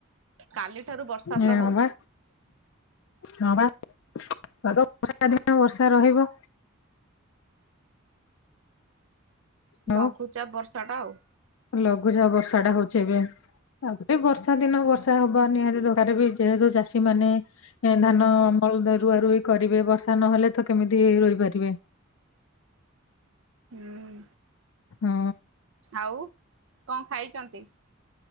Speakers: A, on the right; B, on the left.
A: କାଲିଠାରୁ ବର୍ଷା
B: ହଁ
A: ପୁରା ହଉଛି।
B: ବା ହଁ ବା। ବର୍ଷା ଦିନ ବର୍ଷା ରହିବ। ଆଉ
A: ଲଘୁଚାପ ବର୍ଷାଟା ଆଉ
B: ଲଘୁଚାପ ବର୍ଷାଟା ହଉଛି ଏବେ। ତା ପରେ ବର୍ଷା ଦିନ ବର୍ଷା ହବା ନିହାତି ଦରକାର ବି। ଯେହେତୁ ଚାଷୀମାନେ ଏଁ ଧାନ ଅମଳ, ତ ରୁଆରୁଇ କରିବେ। ବର୍ଷା ନହେଲେ, ତ କେମିତି ରୋଇ ପାରିବେ?
A: ହୁଁ।
B: ହଁ
A: ଆଉ କଣ ଖାଇଛନ୍ତି?